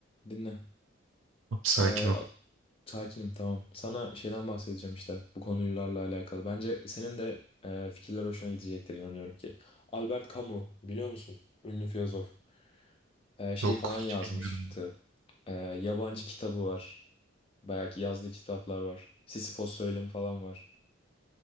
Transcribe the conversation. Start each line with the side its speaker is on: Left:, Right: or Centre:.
Left: dinle.
Right: Sakin
Left: Ee,
Right: ol.
Left: a- sakinim tamam. Sana şeyden bahsedeceğim işte bu konularla alakalı. Bence senin de e, fikirler hoşuna gidecektir inanıyorum ki. Albert Camus biliyor musun? Ünlü filozof. Ee, şey
Right: Yok
Left: falan yazmıştı.
Right: hiç bilmiyorum.
Left: Ee, yabancı kitabı var. Bayağı ki yazdığı kitaplar var. Sisyphos söylemi falan var.